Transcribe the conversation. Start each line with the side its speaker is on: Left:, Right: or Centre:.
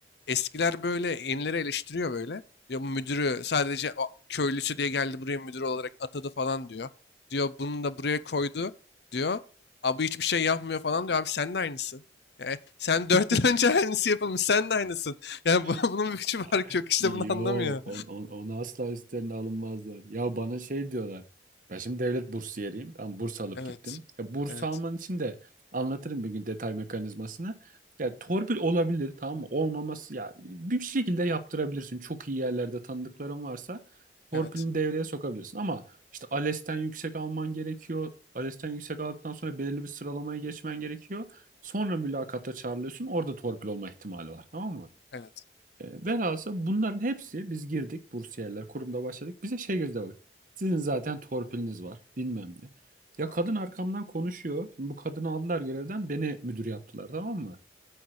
Left: Eskiler böyle yenileri eleştiriyor böyle. Diyor bu müdürü sadece o köylüsü diye geldi buraya müdür olarak atadı falan diyor. Diyor bunu da buraya koydu diyor. Abi hiçbir şey yapmıyor falan diyor. Abi sen de aynısın. Yani sen <laughs> dört
Right: <laughs>
Left: yıl önce aynısı yapılmış. Sen de aynısın. Yani bu-
Right: <laughs>
Left: <laughs> bunun
Right: Aa,
Left: bir hiçbir farkı yok. İşte
Right: Yok,
Left: bunu anlamıyor.
Right: on, on, onu asla üstlerine alınmazlar. Ya bana şey diyorlar. Ben şimdi devlet bursiyeriyim. Ben burs alıp
Left: Evet.
Right: gittim. Ya burs
Left: Evet.
Right: alman için de anlatırım bir gün detay mekanizmasını. Ya torpil olabilir tamam mı? Olmaması ya bir şekilde yaptırabilirsin. Çok iyi yerlerde tanıdıkların varsa torpilini
Left: Evet.
Right: devreye sokabilirsin. Ama işte ALES'ten yüksek alman gerekiyor. ALES'ten yüksek aldıktan sonra belirli bir sıralamaya geçmen gerekiyor. Sonra mülakata çağrılıyorsun. Orada torpil olma ihtimali var tamam mı?
Left: Evet.
Right: E, velhasıl bunların hepsi biz girdik bursiyerler kurumda başladık. Bize şey gözle bak. Sizin zaten torpiliniz var bilmem ne. Ya
Left: a-
Right: kadın arkamdan konuşuyor. Şimdi bu kadını aldılar görevden beni müdür yaptılar tamam mı?